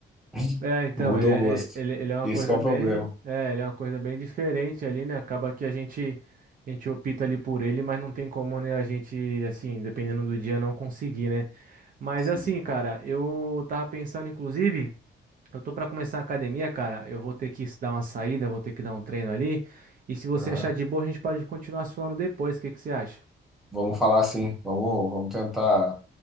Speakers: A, in the centre; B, on the right.
A: <laughs>
B: É, então,
A: Muda
B: ele é,
A: o gosto.
B: é- ele, ele é uma
A: Esse
B: coisa
A: que é o problema.
B: bem, é, ele é uma coisa bem diferente ali, né? Acaba que a gente, a gente opta ali por ele, mas não tem como, né, a gente, assim, dependendo do dia, não conseguir, né? Mas
A: Sim.
B: assim, cara, eu tava pensando, inclusive, eu tô pra começar a academia, cara, eu vou ter que dar uma saída, eu vou ter que dar um treino ali, e se você
A: Aham.
B: achar de boa, a gente pode continuar se falando depois, o que que você acha?
A: Vamos falar assim. Vamos, vamos tentar